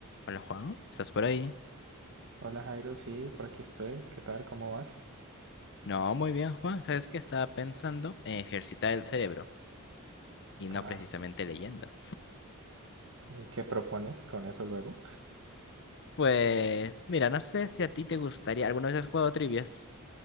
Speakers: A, on the left (about 55°); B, on the right (about 60°).
A: Hola Juan, ¿estás por ahí?
B: Hola Jairo, sí, por aquí estoy. ¿Qué tal? ¿Cómo vas?
A: No, muy bien Juan, ¿sabes que Estaba pensando en ejercitar el cerebro y
B: Ah,
A: no precisamente leyendo.
B: ¿y ¿qué propones con eso luego?
A: Pues mira, no sé si a ti te gustaría, ¿alguna vez has jugado trivias?